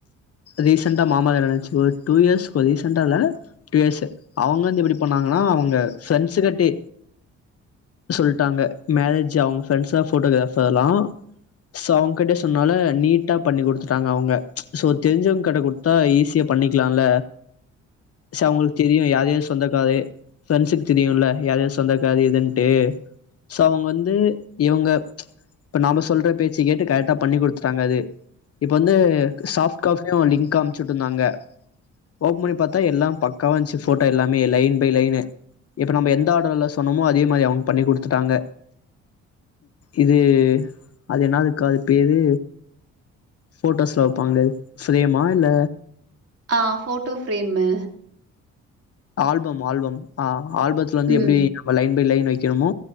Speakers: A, on the left (about 50°); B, on the right (about 50°).
A: ரீசென்டா மாமா கல்யாண நடந்துச்சு ஒரு டூ இயர்ஸ் ஒரு ரீசென்டா இல்ல டூ இயர்ஸ் அவுங்க வந்து எப்டி பண்ணாங் கனா அவுங்க ஃப்ரெண்ட்ஸு கிட்டே சொல்ட்டாங்க மேரேஜ் அவுங்க ஃப்ரெண்ட்ஸ் தா போட்டோகிராபர் எல்லா சோ அவங் கிட்ட சொன்னால நீட்டா பண்ணி குடுத்துட்டாங்க அவங்க சோ தெரிஞ்சவங்கட குடுத்தா ஈஸியா பண்ணிக்லால சோ அவுங்ளுக்கு தெரியு யார்யாரு சொந்தக்காரு ஃப்ரெண்ட்ஸுக்கு தெரியுல யார்யாரு சொந்தக்காரு எதுன் ட்டு சோ அவங்க வந்து இவங்க இப்ப நாம சொல்ற பேச்ச கேட்டு கரெட்டா பண்ணி குடுத்துட்டாங்க அது இப்ப வந்து சாஃப்ட் காபியு லிங் அம்ச்சுட்ருந்தாங்க ஓபன் பண்ணி பாத்தா எல்லா பக்காவா இருந்துச்சு போட்டோ எல்லாமே லைன் பை லைனு இப்ப நம்ப எந்த ஆர்டர்ல சொன்னோமோ அதே மாரி அவங்க பண்ணி குடுத்துட்டாங்க இது அது என்னாது கா அது பேரு போட்டோஸ்லா வப்பாங்களே ஃப்ரேமா இல்ல
B: ஆ போட்டோ ஃப்ரேமு
A: ஆல்பம் ஆல்பம் ஆ ஆல்பத்துல வந்து
B: ம்,
A: எப்டி நம்ப லைன் பை லைன் வைக்கனுமோ